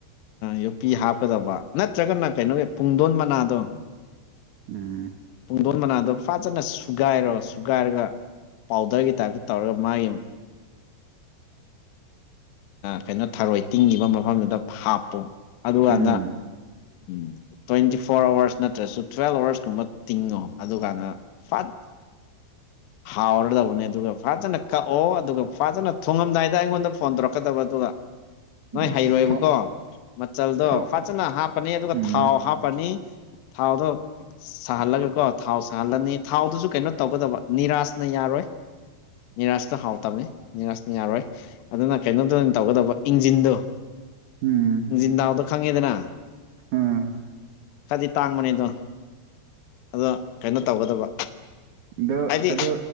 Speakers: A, on the left; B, on the right.
A: ꯌꯣꯄꯤ ꯍꯥꯞꯀꯗꯧꯕ ꯅꯠꯇ꯭ꯔꯒꯅ ꯀꯩꯅꯣꯒꯤ ꯄꯨꯡꯗꯣꯟ ꯃꯅꯥꯗꯣ
B: ꯎꯝ
A: ꯣꯟ ꯃꯅꯥꯗ ꯐꯖꯅ ꯁꯨꯒꯥꯏꯔꯣ ꯁꯨꯒꯥꯏꯔꯒ ꯄꯥꯎꯗꯔꯒꯤ ꯇꯥꯏꯞꯇ ꯇꯧꯔꯒ ꯃꯥꯒꯤ ꯀꯩꯅꯣ ꯊꯔꯣꯏ ꯇꯤꯡꯉꯤꯈꯤꯕ ꯃꯐꯝꯗꯨꯗ ꯍꯥꯞꯄꯣ ꯑꯗꯨꯀꯥꯟꯗ
B: ꯎꯝ
A: ꯎꯝ ꯇ꯭ꯋꯦꯟꯇꯤ ꯐꯣꯔ ꯑꯋꯥꯔꯁ ꯅꯠꯇ꯭ꯔꯁꯨ ꯇꯨꯋꯦꯜ ꯑꯋꯥꯔꯁꯀꯨꯝꯕ ꯇꯤꯡꯉꯣ ꯑꯗꯨꯀꯥꯟꯗ ꯐ ꯍꯥꯎ ꯑꯣꯔꯗꯥꯧꯕꯅꯦ ꯇꯒ ꯐꯖꯅ ꯀꯛꯑꯣ ꯑꯗꯨꯒ ꯐꯖꯅ ꯊꯨꯡꯉꯝꯗꯥꯏꯗ ꯑꯩꯉꯣꯟꯗ ꯐꯣꯟ ꯇꯧꯔꯛꯀꯗꯕ ꯑꯗꯨꯒ ꯅꯣꯏ
B: ꯏꯁ
A: ꯍꯩꯔꯣꯏꯕꯀꯣ
B: ꯊꯣꯛ
A: ꯃꯆꯜꯗꯣ
B: ꯊꯣꯛ
A: ꯐꯖꯅ ꯍꯥꯞꯄꯅꯤ ꯑꯗꯨꯒ
B: ꯎꯝ
A: ꯊꯥꯎ ꯍꯥꯞꯄꯅꯤ ꯊꯥꯎꯗꯣ ꯁꯥꯍꯜꯂꯒ ꯀꯣ ꯊꯥꯎ ꯁꯥꯍꯜꯂꯅꯤ ꯊꯥꯎꯗꯨꯁꯨ ꯀꯩꯅꯣ ꯇꯧꯒꯗꯕ ꯅꯤꯔꯥꯥꯁꯅ ꯌꯥꯔꯣꯏ ꯅꯤꯔꯥꯥꯁꯇ ꯍꯥꯎꯇꯕꯃꯤ ꯅꯤꯔꯥꯖꯅ ꯌꯥꯔꯣꯏ ꯑꯗꯨꯅ ꯀꯩꯅꯣꯗ ꯇꯧꯒꯗꯕ ꯏꯟꯖꯤꯟꯗꯣ
B: ꯎꯝ
A: ꯏꯟꯖꯤꯟ ꯗꯥꯎꯗꯣ ꯈꯪꯉꯦꯗꯅ
B: ꯎꯝ
A: ꯈꯔꯗꯤ ꯇꯥꯡꯕꯅꯦꯗꯣ ꯑꯗꯣ ꯀꯩꯅꯣ ꯇꯧꯒꯗꯕ
B: ꯑꯗꯣ
A: ꯍꯥꯏꯗꯤ
B: ꯑꯗꯨ